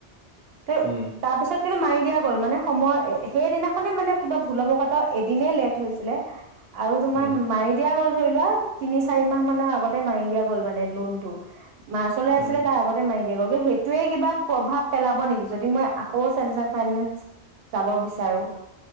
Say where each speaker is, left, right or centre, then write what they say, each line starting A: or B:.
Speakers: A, on the right (about 70°); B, on the right (about 35°).
A: ত'
B: উম
A: তাৰপিছত কিন্তু মাৰি দিয়া গ'ল, মানে সময় সেইদিনাখনে মানে কিবা ভুলবশতঃ এদিনে লেট হৈছিলে। আৰু তোমাৰ
B: উম
A: মাৰি দিয়া গ'ল ধৰি লোৱা তিনি চাৰি মাহ মানৰ আগতে মাৰি দিয়া গ'ল মানে লোনটো। মাৰ্চ লৈ আছিলে
B: উম
A: তাৰ আগতে মাৰি <unintelligible> সেইটোৱে কিবা প্ৰভাৱ পেলাব নেকি যদি মই আকৌ ছেমচাং ফাইনেন্স যাব বিচাৰো?